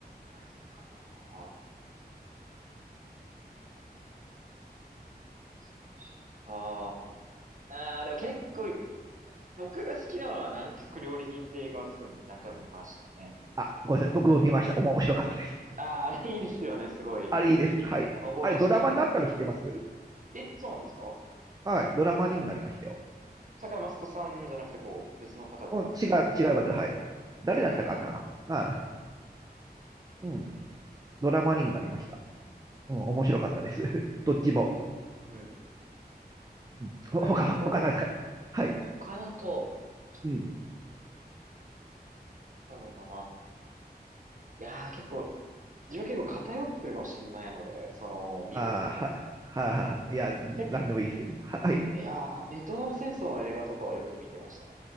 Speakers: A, on the right; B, on the right.
A: がいいかな難しい。あーあー、でも結構、僕が好きなのは南極料理人亭がすごい何回も見ましたね。
B: あ、ごめんなさい。僕も見ました。面白かったです。
A: ああ、あれいいですよね、すごい。
B: あれいいです。はい。
A: ほのぼのしてなんか、
B: あれ、ドラマになったの知ってます
A: え、そうなんですか
B: はい。ドラマにもなりましたよ。
A: 坂井雅人さんじゃなくてこう、別の方が。
B: うん、違う、違う方で、はい。誰だったかなまあ
A: へえ、
B: うん。ドラマにもなりました。うん、面白かったです。
A: なんか、
B: <laughs> どっちも。
A: う、うん、うん、うん、うんうん。
B: うんほ、
A: ああいうふうになんかほの、
B: 他、他ないですからはい。
A: 他だと、そ
B: うん。
A: うだろうな、まあ、いやー結構、自分結構偏ってるかもしれないので、その、見る映画が。
B: ああ、は、は、は、いや、
A: 結
B: なんでもいいですよ。はい。
A: 構いやー、ベトナム戦争の映画とかはよく見てましたね。